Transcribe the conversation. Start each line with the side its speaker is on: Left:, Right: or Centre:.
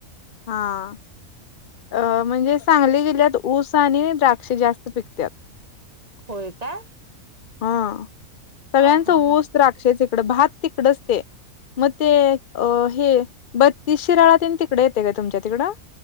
Left: हा अ म्हणजे सांगली जिल्ह्यात ऊस आणि द्राक्ष जास्त पिकत्यात.
Right: होय का
Left: हा सगळ्यांचं
Right: हा हा
Left: ऊस
Right: हा
Left: द्राक्ष तिकडं भात तिकडच ते मग ते अ हे बत्तीस शिराळा त्यांनी तिकडे येते काय तुमच्या तिकडं?